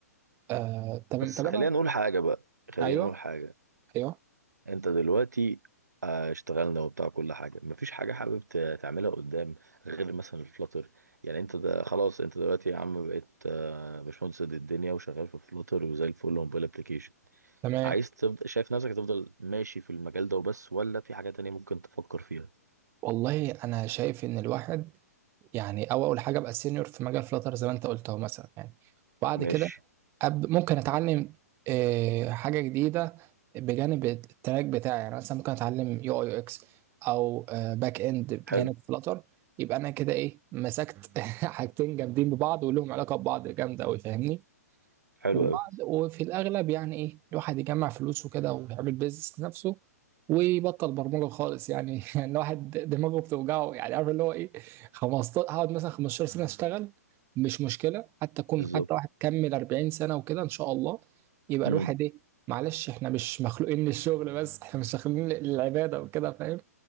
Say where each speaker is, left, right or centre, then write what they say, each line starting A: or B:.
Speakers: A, on the right; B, on the right.
A: آه تمام
B: بس
A: طب
B: خلينا
A: انا
B: نقول حاجة بقى خلينا
A: ايوه
B: نقول حاجة
A: ايوه
B: انت دلوقتي آه، اشتغلنا وبتاع كل حاجه مفيش حاجه حابب ت- تعملها قدام غير مثلا الفلاتر يعني انت ده خلاص انت دلوقتي يا عم بقيت آه، باشمهندس قد الدنيا وشغال في فلاتر وزي الفل وموبايل ابلكيشن
A: تمام
B: عايز تبدا شايف نفسك تفضل ماشي في المجال ده وبس ولا في حاجه تانية ممكن تفكر فيها
A: والله انا شايف ان الواحد يعني او اول حاجه ابقى سينيور في مجال فلاتر زي ما انت قلت اهو مثلا يعني بعد
B: ماشي
A: كده أب... ممكن اتعلم آه، حاجه جديده بجانب التراك بتاعي يعني مثلا ممكن اتعلم يو اي يو اكس او باك اند بجانب
B: حلو
A: فلاتر يبقى انا كده ايه مسكت <laughs> حاجتين جامدين ببعض ولهم علاقه ببعض جامده قوي فاهمني
B: حلو
A: وبعد
B: قوي
A: وفي الأغلب يعني إيه الواحد يجمع فلوس وكده ويعمل بيزنس لنفسه ويبطل برمجة خالص يعني <laughs> يعني الواحد دماغه بتوجعه يعني عارف اللي هو إيه 15 هقعد مثلا 15 سنة أشتغل مش مشكلة حتى أكون
B: بالظبط
A: حتى واحد كمل 40 سنة وكده إن شاء الله يبقى
B: مم.
A: الواحد إيه معلش إحنا مش مخلوقين للشغل بس إحنا مش مخلوقين للعبادة وكده فاهم